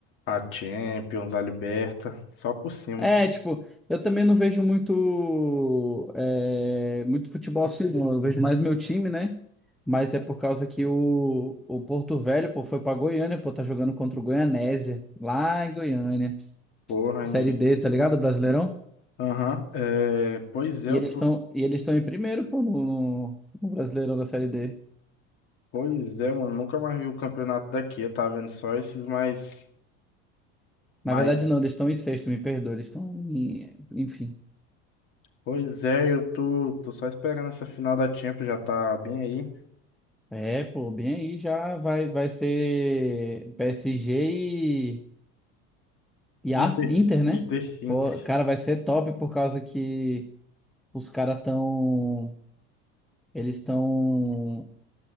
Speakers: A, on the left (about 40°); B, in the centre.
A: a Champions, a Liberta, só por cima.
B: É, tipo, eu também não vejo muito, é, muito futebol assim, não. Eu vejo mais meu time, né? Mas é por causa que o, o Porto Velho, pô, foi pra Goiânia, pô, tá jogando contra o Goianésia, lá em Goiânia.
A: Porra,
B: Série
A: hein?
B: D, tá ligado? Brasileirão?
A: Aham, é, pois é,
B: E
A: eu
B: eles
A: tô,
B: estão e eles estão em primeiro, pô, no, no, no Brasileirão da Série D.
A: pois é, mano, nunca mais vi o campeonato daqui, eu tava vendo só esses mais maiores.
B: Na verdade, não, eles estão em sexto, me perdoa. Eles estão em. Enfim.
A: Pois é, eu tô, tô só esperando essa final da Champions, já tá bem aí.
B: É, pô, bem aí já vai, vai ser PSG e, e
A: Inter,
B: Ars- Inter,
A: Inter,
B: né?
A: Inter,
B: Pô, cara, vai ser top por causa que os caras estão. Eles estão. O